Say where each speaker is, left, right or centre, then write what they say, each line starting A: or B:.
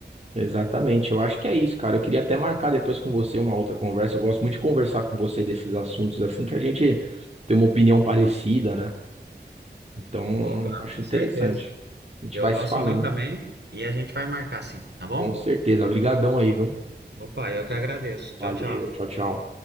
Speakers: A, on the right; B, on the right.
A: Exatamente. Eu acho que é isso, cara. Eu queria até marcar depois com você uma outra conversa. Eu gosto muito de conversar com você desses assuntos, assim que a gente tem uma opinião parecida, né? Então,
B: Opa,
A: acho
B: com
A: interessante.
B: certeza.
A: A gente
B: Eu
A: vai
B: gosto
A: se falando.
B: muito também e a gente vai marcar sim, tá bom?
A: Com certeza. Obrigadão aí, viu?
B: Opa, eu que agradeço. Tchau,
A: Valeu.
B: tchau.
A: Tchau, tchau.